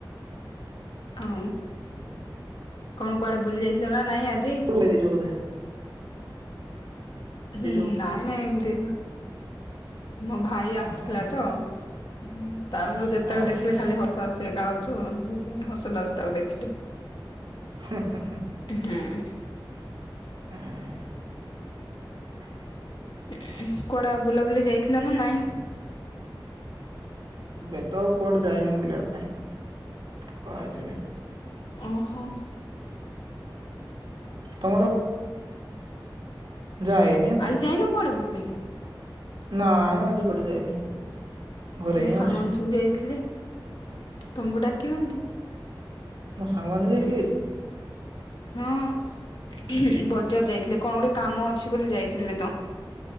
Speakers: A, on the left; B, on the right.
A: ଆଉଁ କଣ କୁଆଡେ ବୁଲି ଯାଇଥିଲନା ନାଇଁ ଆଜି!
B: ବେଲି ଚଉଦି!
A: ହୁଁ
B: ବୋଧେ
A: ନାଇଁ ନାଇଁ ଏମିତି ମୋ ଭାଇ ଆସିଥିଲାତ!
B: ଓହୋ
A: ଉଁ ଉଁ! ତାର ମୋର ଯେତେବେଳେ
B: ଓହୋ
A: ଦେଖିଲେ ଖାଲି ହସା ହସି ଏକା ହଉଚୁ, ହସ ଲାଗୁଚି ତାକୁ ଦେଖିଲେ!
B: ହୁଁ ହୁଁ!
A: ହୁଁ!
B: ଆହାଁ ଫାଇନାଲି
A: ଉଁ କୁଆଡ଼ା ଆଉ ବୁଲାବୁଲି ଯାଇଥିଲନା ନାଇଁ!
B: ବେତ ଆଉ କୁଆଡେ ଯାଇନି ବୁଲିବା ପାଇଁ, କୁଆଡେ ଯିବି!
A: ଅହ!
B: ତମର ଯାଏ!
A: ଆଜି ଯାଇନୁ କୁଆଡ଼େ ବୁଲି!
B: ନାଇଁ ଆଜି କଆଡେ ଯାଇନି! ଘରେ
A: ତମ
B: ହିଁ
A: ସାଙ୍ଗମାନେ
B: ଅଛି
A: ସବୁ ଯାଇଥିଲେ ତମକୁ ଡାକି ନାହାନ୍ତି!
B: ମୋ ସାଙ୍ଗମାନେ ଯାଇଥିଲେ ଭାରି!
A: ହଁଅଁ ବଜାର ଯାଇଥିଲେ କଣ ଗୋଟେ କାମ ଅଛି ବୋଲି ଯାଇଥିଲେତ!